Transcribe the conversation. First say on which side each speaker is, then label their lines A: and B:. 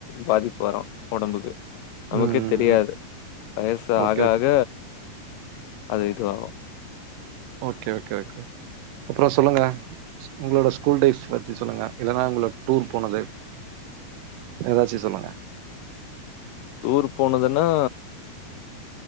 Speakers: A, on the left; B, on the right.
A: பாதிப்பு வரு ஒடம்புக்கு நமக்கே
B: ம்.
A: தெரியாது வயசு
B: ஓகே,
A: ஆக
B: ஓகே.
A: ஆக அது இதுவாகு
B: ஓகே ஓகே ஓகே அப்றோ சொல்லுங்க உங்களோட ஸ்கூல் லைஃப் பத்தி சொல்லுங்க இல்லன்னா உங்கள டூர் போனது எதாச்சு சொல்லுங்க
A: டூர் போனதுன்னா